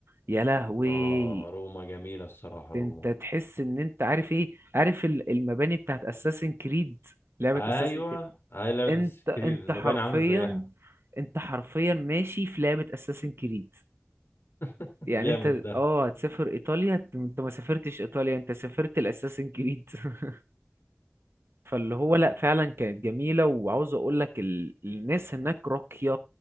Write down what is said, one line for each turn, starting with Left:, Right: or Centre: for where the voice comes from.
Right: يا لهوي
Left: اه روما جميلة الصراحة
Right: انت
Left: روما
Right: تحس ان انت عارف ايه عارف ال- المباني بتاعت اساسن كريد لعبة
Left: ايوه
Right: اساسن كريد
Left: اي لعبة
Right: انت
Left: اساس
Right: انت
Left: كتير المباني
Right: حرفيا
Left: عاملة زيها
Right: انت حرفيا ماشي في لعبة اساسن كريد
Left: <laughs>
Right: يعني
Left: جامد
Right: انت
Left: ده
Right: اه هتسافر ايطاليا انت أنت ما سافرتش ايطاليا انت سافرت الاساسن كريد <laughs> فاللي هو لا فعلا كانت جميلة وعاوز اقول لك ال... الناس هناك راقية